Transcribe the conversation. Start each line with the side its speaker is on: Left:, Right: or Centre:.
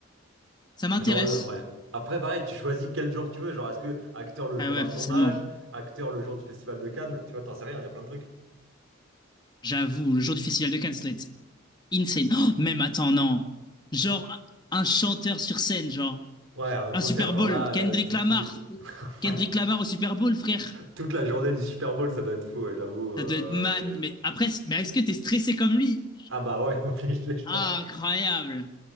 Left: ça m'intéresse.
Right: Genre, le- ouais. Après, pareil, tu choisis quel jour tu veux. Genre, est-ce que acteur le
Left: Ah
Right: jour
Left: ouais,
Right: d'un
Left: forcément.
Right: tournage, acteur le jour du festival de Cannes, tu vois, t'en sais rien, il y a plein de trucs.
Left: J'avoue, le jour du festival de Cannes, ça doit être Insane. Oh, même attends, non. Genre un chanteur sur scène, genre
Right: Ouais, un
Left: un
Right: concert,
Left: Super
Right: genre
Left: Bowl,
Right: là,
Left: Kendrick
Right: euh, tu
Left: Lamar.
Right: te dis... <laughs>
Left: Kendrick
Right: Ouais,
Left: Lamar au Super Bowl, frère.
Right: toute la journée du Super Bowl, ça doit être fou, ouais, j'avoue. euh,
Left: Ça doit être man. Mais
Right: euh.
Left: après, c- mais est-ce que t'es stressé comme lui?
Right: Ah bah ouais, <laughs> obligé, je
Left: Ah,
Right: pense.
Left: incroyable.